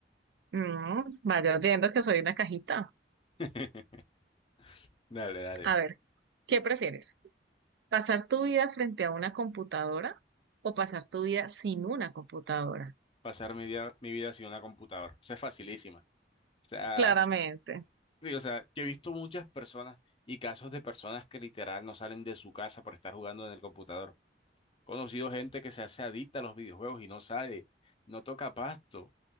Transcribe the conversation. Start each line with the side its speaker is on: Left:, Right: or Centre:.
Right: Mm, vaya viendo que soy una cajita.
Left: <laughs> Dale, dale.
Right: A ver, ¿qué prefieres? ¿Pasar tu vida frente a una computadora o pasar tu vida sin una computadora?
Left: Pasar mi día, mi vida sin una computadora. Eso es facilísima. O sea,
Right: Claramente.
Left: sí, o sea, yo he visto muchas personas y casos de personas que literal no salen de su casa por estar jugando en el computador. He Conocido gente que se hace adicta a los videojuegos y no sale, no toca pasto